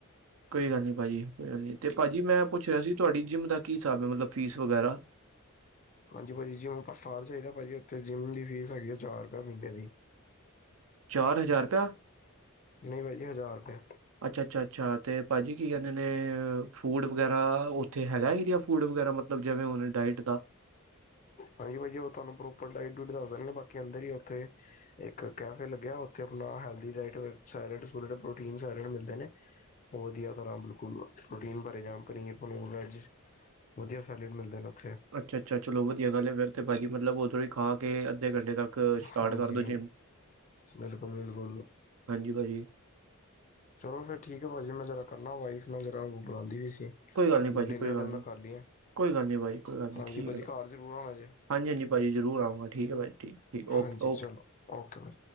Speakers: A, on the right (about 75°); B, on the left (about 35°).
A: ਕੋਈ ਗੱਲ ਨਹੀਂ ਭਾਜੀ। ਭਾਜੀ ਮੈਂ ਪੁੱਛ ਰਿਹਾ ਸੀ ਤੁਹਾਡੀ ਜਿੰਮ ਦਾ ਕੀ ਹਿਸਾਬ ਹੈ, ਮਤਲਬ ਫੀਸ ਵਗੈਰਾ।
B: ਹਾਂਜੀ ਭਾਜੀ ਜਿੰਮ ਆਪਾਂ ਸਾਲ ਚਾਹੀਦਾ। ਭਾਜੀ ਉੱਥੇ ਜਿੰਮ ਦੀ ਫੀਸ ਹੈਗੀ ਆ ਹਜ਼ਾਰ ਰੁਪਏ ਮਹੀਨੇ ਦੀ। <inaudible>
A: ਚਾਰ ਹਜ਼ਾਰ ਰੁਪਇਆ?
B: ਨਹੀਂ ਭਾਜੀ ਜੀ ਹਜ਼ਾਰ ਰੁਪਏ।
A: ਅੱਛਾ ਅੱਛਾ ਅੱਛਾ ਤੇ ਭਾਜੀ ਕੀ ਕਹਿੰਦੇ ਨੇ ਫੂਡ ਵਗੈਰਾ ਉੱਥੇ ਹੈਗਾ ਏ ਰੀਆ ਫੂਡ ਵਗੈਰਾ ਮਤਲਬ। ਜਿਵੇਂ ਹੁਣ ਡਾਇਟ ਦਾ।
B: ਹਾਂਜੀ ਭਾਜੀ ਉਹ ਤੁਹਾਨੂੰ ਪ੍ਰੋਪਰ ਡਾਇਟ ਡੁਟ ਦੱਸ ਰੇ ਨੇ ਬਾਕੀ ਅੰਦਰ ਹੀ ਉੱਥੇ ਇੱਕ ਕੈਫੇ ਲੱਗਿਆ। ਅਪਣਾ healthy diet salad suit protein salad ਮਿਲਦੇ ਨੇ। ਵਧੀਆ ਤਰ੍ਹਾਂ ਬਿਲਕੁਲ ਪ੍ਰੋਟੀਨ ਭਰੇ ਜਅ ਪਨੀਰ ਵੇਜ। ਵਧੀਆ ਸੈਲਡ ਮਿਲਦੇ ਨੇ ਇਥੇ।
A: ਅੱਛਾ- ਅੱਛਾ ਚਲੋ ਵਧੀਆ ਗੱਲ ਹੈ ਫਿਰ ਤਾਂ ਭਾਜੀ ਮਤਲਬ ਹੁਣ ਤੁਸੀਂ ਖਾ ਕੇ ਅੱਧੇ ਘੰਟੇ ਤੱਕ ਸਟਾਰਟ
B: ਹਾਂਜੀ
A: ਕਰ ਦਿਉ ਜਿੰਮ।
B: ਬਿਲਕੁਲ -ਬਿਲਕੁਲ।
A: ਹੰਜੀ ਭਾਜੀ।
B: ਚਲੋ ਫਿਰ ਏ ਠੀਕ ਭਾਜੀ ਮੈਂ ਜਰਾ ਕਰਨਾ ਵਾਈਫ ਮੈਂ ਜਰਾ ਬੁਲਾਉਂਦੀ ਵੀ ਸੀ।
A: ਕੋਈ ਗੱਲ ਨਹੀਂ ਭਾਜੀ
B: ਡਿਨਰ
A: ਕੋਈ ਗੱਲ
B: ਡੁਨਰ
A: ਨਹੀਂ।
B: ਕਰ ਲਈਏ
A: ਕੋਈ ਗੱਲ- ਕੋਈ ਗੱਲ ਨਹੀਂ
B: ਹਾਂਜੀ
A: ਠੀਕ
B: ਭਾਜੀ
A: ਹੈ
B: ਘਰ ਜ਼ਰੂਰ ਆਉਣਾ ਜੇ
A: ਹਾਂਜੀ- ਹਾਂਜੀ ਭਾਜੀ ਜ਼ਰੂਰ ਆਉਂਗਾ ਠੀਕ ਹੈ ਭਾਜੀ। ਠੀਕ ਠੀਕ
B: ਹਾਂਜੀ
A: ਓਕੇ ਓਕੇ
B: ਚਲੋ ਓਕੇ।